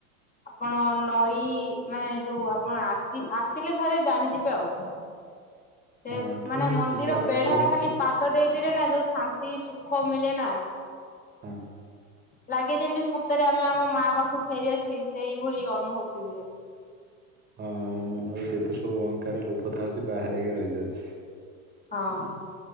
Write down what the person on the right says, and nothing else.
ହଁ ଠିକ୍
ଅଛି
ଜାଗା
କହିବେ
ହଁ।
ହଁ ମନରେ ଯେତେ ସବୁ ଅହଙ୍କାର ଲୋଭ ଥାଉଛି ବାହାରେ ହେଇ ରହିଯାଉଛି।